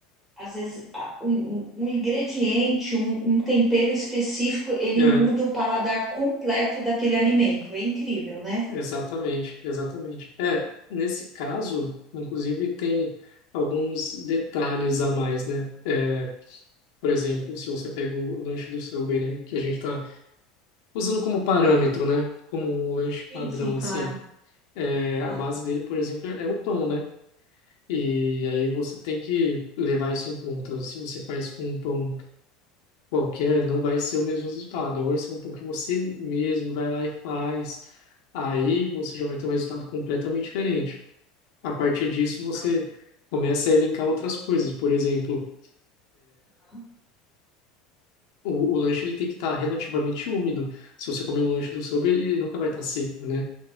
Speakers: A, in the centre; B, on the left.
A: às vezes a- um, um um ingrediente, um, um tempero específico, ele
B: aham.
A: muda o paladar completo daquele alimento. É incrível, né?
B: Exatamente, exatamente. É, nesse caso, inclusive, tem alguns detalhes a mais, né? É, por exemplo, se você pega o lanche do Subway, né? Que a gente está usando como parâmetro, né? Como um lanche
A: Sim,
B: padrão,
A: sim,
B: assim.
A: claro,
B: É,
A: claro.
B: a base dele, por exemplo, é o pão, né? E aí você tem que levar isso em conta. Se você faz com um pão qualquer, não vai ser o mesmo resultado. Agora, se é um pão que você mesmo vai lá e faz, aí você já vai ter um resultado completamente diferente. A partir disso, você
A: Aí,
B: começa a elencar outras coisas. Por exemplo,
A: tá,
B: o, o lanche ele tem que estar relativamente úmido. Se você comer um lanche do seu, ele ele nunca vai estar seco, né?